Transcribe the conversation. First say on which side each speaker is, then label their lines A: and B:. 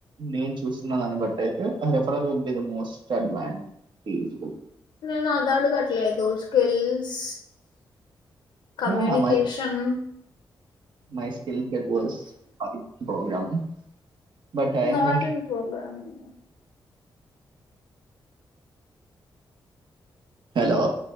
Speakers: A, on the right; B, on the left.
A: నేను చూస్తున్న దాన్ని బట్టి అయితే referral will be the most advantageable
B: నేను అది అడగట్లేదు skills communication
A: yeah my my skill it was అది program hmm but I'm
B: not
A: <inaudible>
B: in programming
A: hello